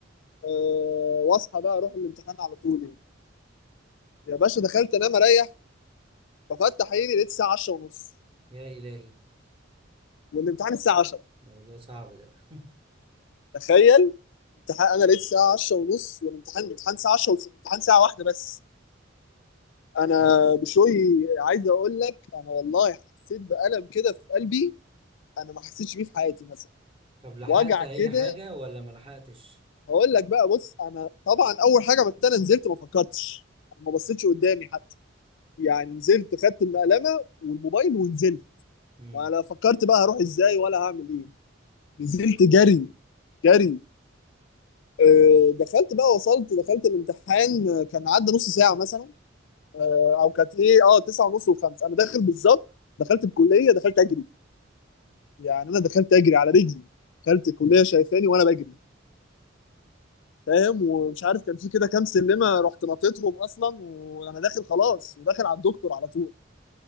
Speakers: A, on the left; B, on the right.
A: أه واصحى بقى اروح الامتحان على طول يعني يا باشا دخلت انام اريح ففتح عيني لقيت الساعه 10 ونص
B: يا الهي
A: والامتحان الساعه 10
B: موضوع صعب ده
A: تخيل امتحان انا لقيت الساعه 10 ونص والامتحان امتحان الساعه 10 والامتحان ساعه واحده بس
B: <laughs>
A: انا
B: طب
A: بشوي عايز اقول لك انا والله حسيت بألم كده في قلبي انا ما حسيتش بيه في حياتي مثلا
B: طب لحقت
A: وجع
B: اي
A: كده
B: حاجه ولا ما لحقتش
A: هقول لك بقى بص انا طبعا اول حاجه بس انا نزلت ما فكرتش أنا ما بصيتش قدامي حتى يعني نزلت خدت المقلمه والموبايل ونزلت
B: امم
A: ما انا فكرت بقى هروح ازاي ولا هعمل ايه نزلت جري جري آه، دخلت بقى وصلت دخلت الامتحان آه، كان عدى نص ساعه مثلا آه، او كانت ايه اه 9 ونص وخمس انا داخل بالظبط دخلت الكليه دخلت اجري يعني انا دخلت اجري على رجلي دخلت الكليه شايفاني وانا بجري فاهم ومش عارف كان في كده كام سلمه رحت نطيتهم اصلا وانا داخل خلاص وداخل على الدكتور على طول